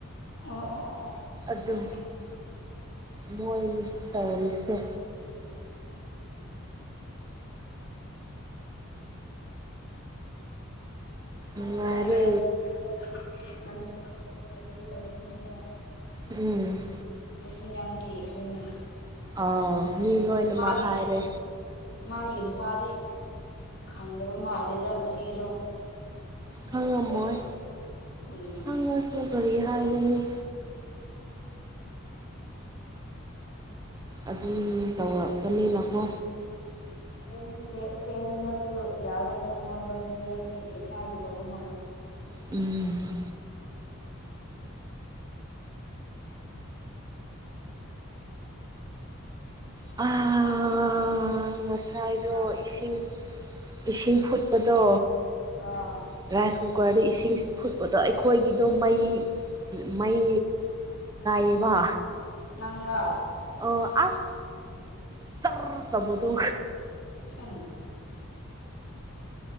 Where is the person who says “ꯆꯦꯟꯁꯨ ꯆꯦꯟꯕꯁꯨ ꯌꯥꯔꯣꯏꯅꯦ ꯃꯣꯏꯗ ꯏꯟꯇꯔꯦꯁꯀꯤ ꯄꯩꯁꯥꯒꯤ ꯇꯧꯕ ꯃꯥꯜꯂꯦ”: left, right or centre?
Left